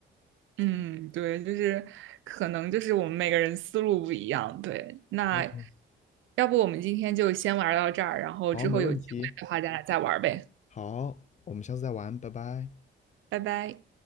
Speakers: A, on the right; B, on the left.
A: 嗯，对，就是可能就是我们每个人思路不一样。对，那
B: OK，
A: 要不我们今天就先玩到这儿，然后之后有机会的话，
B: 好，没问题。
A: 咱俩再玩呗。
B: 好，我们下次再玩，拜拜。
A: 拜拜。